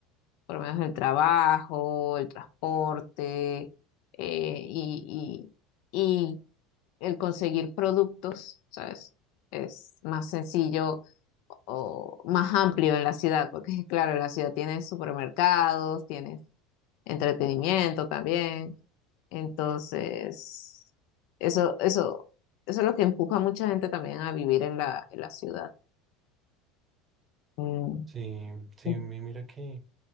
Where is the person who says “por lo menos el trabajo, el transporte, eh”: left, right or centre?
Left